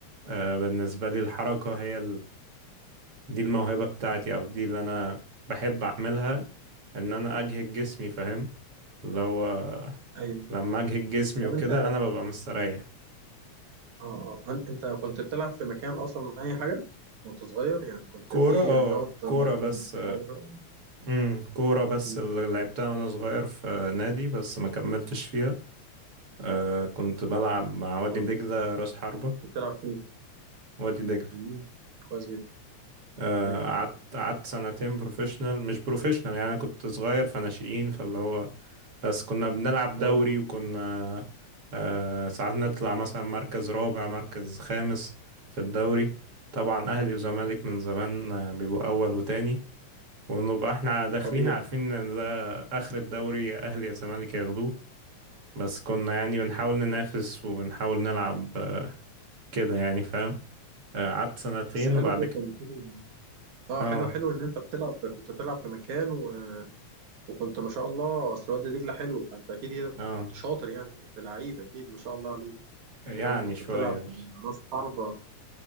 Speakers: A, on the right (about 50°); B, on the right (about 80°).
A: آه، بالنسبة لي الحركة هي دي الموهبة بتاعتي او دي اللي انا بحب اعملها ان انا اجهد جسمي فاهم اللي هو
B: ايوه
A: لما اجهد جسمي
B: هو
A: وكده
B: انت
A: انا ببقى مستريح
B: اه آه. انت أنت كنت بتلعب في مكان اصلا اي حاجه وانت صغير يعني كنت
A: كورة
B: في
A: اه
B: رياضه
A: كورة
B: مثلا
A: بس
B: بتلعبها
A: امم كورة بس
B: مم.
A: اللي لعبتها وانا صغير في نادي بس ما كملتش فيها آه كنت بلعب مع وادي
B: آه.
A: دجلة راس حربة
B: كنت بتلعب فين
A: وادي دجلة
B: مم. كويس جدا
A: آه،
B: ايوه
A: قعدت قعدت سنتين بروفيشنال مش بروفيشنال يعني أنا كنت صغير فناشئين فاللي هو بس كنا بنلعب دوري
B: آه، آه.
A: وكنا آه، ساعات نطلع مثلا مركز رابع مركز خامس في الدوري طبعا أهلي وزمالك من زمان آه، بيبقوا أول وتاني ونبقى احنا داخلين
B: طبيعي
A: عارفين ان ده آخر الدوري يا أهلي يا زمالك ياخدوه بس كنا يعني بنحاول
B: مم.
A: ننافس وبنحاول نلعب آه، كده يعني فاهم آه، قعدت سنتين
B: بس حلو
A: وبعد
B: جدا
A: كده
B: حلو اه
A: اه
B: حلو حلو ان انت بتلعب كنت بتلعب في مكان و... وكنت ما شاء الله اصل وادي دجله حلو فانت اكيد
A: اه
B: كنت شاطر يعني كنت لعيب اكيد ما شاء الله عليك
A: يعني
B: وكمان كنت
A: شوية
B: بتلعب
A: بس
B: راس حربة